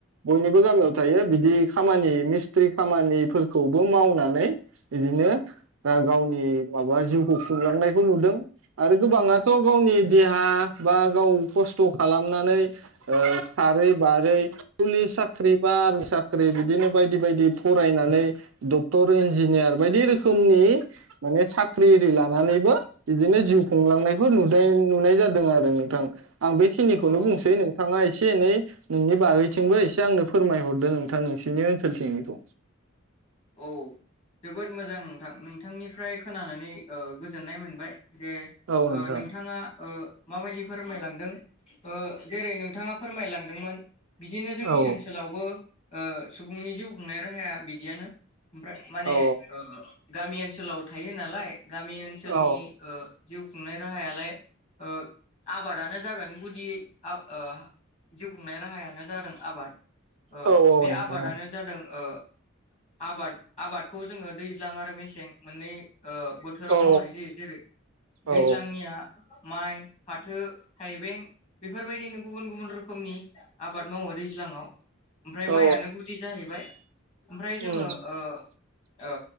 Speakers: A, on the right; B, on the left.
A: बयनिबो
B: नंगौ
A: गामियाव थायो बिदि खामानि मिस्त्रि खामानिफोरखौबो मावनानै इदिनो दा गावनि वाबाजो होफुंलांनायखौ नुदों आरो गोबाङाथ' गावनि देहा बा गाव खस्थ' खालामनानै ओह खारै बारै पुलिस साख्रि बा आर्मि साख्रि बि दिनो बायदि बायदि फरायनानै डक्टर इन्जि जिनियार बायदि रोखोमनि माने साख खिरिलानानैबो बिदिनो जिउ खुंलांनायखौ नुदाय नुनाय जादों। खोनादों नोंथां आं बेखिनिखौनो
B: औ औ
A: बुंसै नोंथाङा ए से एनै नोंनि बागैथिंबो
B: औ
A: एसे आंनो फोरमायहरदो नोंथां नोंसिनि ओनसोल थिंनिखौ
B: औ जोबोद मोजां नोंथां नों थांनिफ्राय खोनानानै ओ गोजोननाय मोनबाय। जे
A: औ
B: ओ
A: नोंथां
B: नोंथाङा ओ माबायदि फोरमायलांदों ओ जेरै नोंथाङा फोरमायलांदोंमोन बिदिनो जोंनि
A: औ
B: ओनसोलावबो ओ सुबुंनि जिउ खुंनाय राहाया बिदियानो ओमफ्राय माने
A: औ
B: ओ गामि ओनसोलाव थायो नालाय। गामि ओनसोलनि
A: औ
B: ओ जिउ ख खुंनाय राहायालाय ओ आबादानो जागोन गुदि ओ जिउ खुंनाय राहायानो जादों आबाद। ओ
A: औ औ
B: बे
A: नोंथां
B: आबादानो जादों ओ आबाद आबादखौ जोङो दैज्लां आरो मेसें मोननै ओ बोथोराव
A: औ
B: मावनाय जायो जेरै
A: औ
B: दैज्लांनिया माइ फाथो थाइबें बेफोरबायदिनो गुबुन गुबुन रोखोमनि आबाद मावो दैज्लाङाव। ओमफ्राय
A: औ
B: माइआानो गुदि जाहैबाय। ओमफ्राय जोङो
A: उम
B: ओ ओ